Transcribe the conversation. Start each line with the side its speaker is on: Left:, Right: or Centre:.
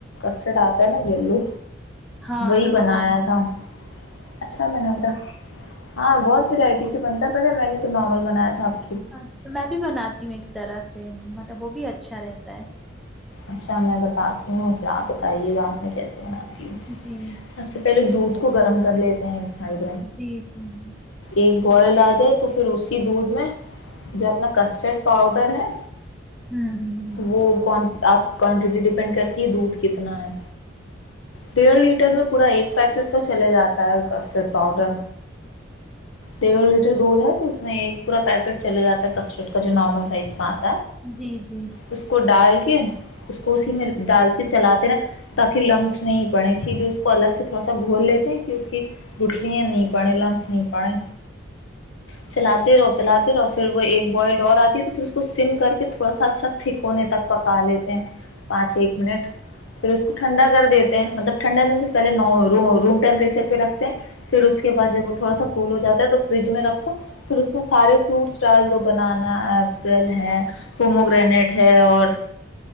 Left: شرٹ آتا ہے نا یلو
Centre: ہاں
Left: وہی
Centre: ہاں
Left: بنایا تھا اچھا بنا تھا ہاں بہت ورائٹی سے بنتا پتاہ میں نے تو نارمل بنایا تھا آ
Centre: اچھا میں بھی بناتی ہوں ایک طرح سے مطلب وہ بھی اچھا رہتا ہے
Left: اچھا میں بتاتی ہوں پھر آپ بتائیے گا آپ نے کیسے بناا
Centre: جی
Left: سب سے پہلے دو کو گرم کر لیتے سڈ
Centre: جی جی ہوں
Left: ایک کوئل آ جائے تو پھر اسی دودھ میں جو اپنا کسٹرڈ پاؤڈر ہے
Centre: ہوں
Left: وہ آپ کوانٹیٹی ڈیپینڈ کرتی ہے دودھ کتنا ہے ڈیڑھ لیٹر میں پورا ایک پیکٹ تو چلے جاتا ہے کسٹرڈ پاؤڈر ڈیڑھ لیٹر دودھ ہے تو اس میں ایک پورا پیکٹ چلے جاتا ہے کسٹرڈ کا جو نارمل سائز کا
Centre: ہوں جی جی
Left: اس کو ڈال کے اس کو اسی میں ڈالتے چلاتے رہے تاکہ لمس نہیں پڑے اسی لیے اس کو الگ سے تھوڑا سا گھول لیتے ہیں کہ اس کی گٹلں نہیں پڑیں لمس نہیں پڑے چلاتے رہو چلاتے رہو پھر وہ ایک بوائلڈ اور آتی ہے تو پھر اس کو سم کر کے تھوڑا سا اچھا تھکونے تک پکا لیتے پانچ ایک منٹ پھر اس کو ٹھنڈا کر دیتے ہیں مطلب ٹھنڈا میں سے پہلے ن روم ٹیمپریچر پہ رکھتے ہیں پھر اس کے بعد جب وہ تھوڑا سا کول ہو جاتا ہے تو فریج میں رکھو پھر اس میں سارے فروٹس ڈال دو بنانا ایپل ہے پومو گرینیڈ ہے اور